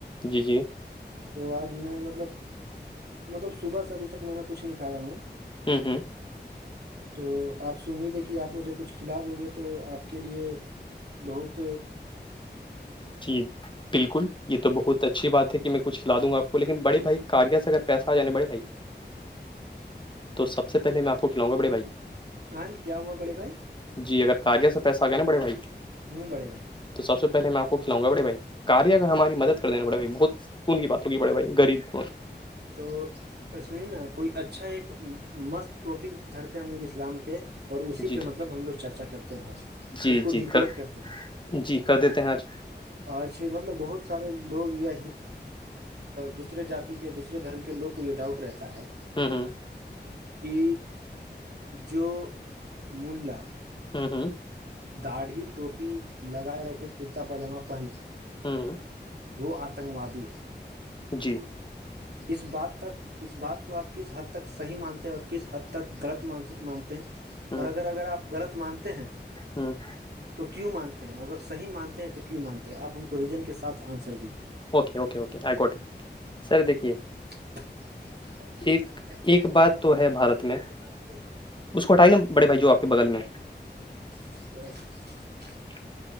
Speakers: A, on the left (about 25°); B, on the right (about 65°).
A: جی جی
B: تو آج میں مطلب مطلب صبح سے ابھی تک میں نے کچھ نہیں کھایا ہوں
A: ہوں ہوں
B: تو آپ سے امید ہے کہ آپ مجھے کچھ کھلا دو گے تو آپ کے لیے بہت
A: جی بالکل یہ تو بہت اچھی بات ہے کہ میں کچ کلا دوں گ آپ لن بڑے بھائی کاریا سے اگر پس آ جے بڑے بھائی تو سب سے پہلے میں آپ کو کھلاؤں گا بڑے بھائی
B: ہاں کیا ہوا بڑے بھائی
A: جی اگر کہ آ گیا تو پیسہ آ گیا نا بڑے بھائی
B: ہوں بڑے بھ
A: تو سب سے پلے میں آپ کو کھلاؤ گا بڑے بھائیار اگر ہماری مدد کر دینا بڑے بھائی بہت سکون کیات ہوی بڑے بھائی ریب کو
B: تو سنی نا کوئی اچھا ایک مست ٹاپک دھرتے ہیں ہم لوگ اسلام پہ اور اسی
A: جی
B: پہ
A: جی
B: مطلب ہم لوگ چرچا کرتے ہیں آج
A: جی
B: اس کو
A: جی
B: ڈیکوڈ
A: کر
B: کرتے ہیں
A: جی کر دیتے ہیں آج
B: آج مطلب بہت سارے لوگ یا دوسرے جات کے ے دھرم کے لگ کو یہ ڈاؤٹ رہتا ہے
A: ہوں ہوں
B: کہ جو ملہ
A: ہوں ہوں
B: داڑھی ٹوپی لگائے رکھے کرتا پاجامہ پہنے
A: ہوں
B: وہ آتنکوادی ہے
A: جی
B: اس بات تک اس بات کو آپ کس حد تک صحیح مانتے اور کس حد تک غلط م مانتے ہیں
A: ہوں
B: اور اگر اگر آپ غلط مانتے ہیں
A: ہوں
B: تو کیوں مانتے ہیں اگر صحیح مانتے ہیں تو کیوں مانتے ہیں آپ ہم کو ریزن کے ساتھ آنسر دیجیے
A: okay okay okay I quote sir دیکھیے
B: <unintelligible> پچا ایساب
A: ایک
B: سے پ
A: ایک بات
B: ہم
A: تو ہے
B: یہ
A: بھارت
B: جلہ
A: میں
B: سے باقی ہے
A: اس کو ہٹائی نا بڑے بھائی جوپ کے بگغل میں
B: <unintelligible>
A: <unintelligible>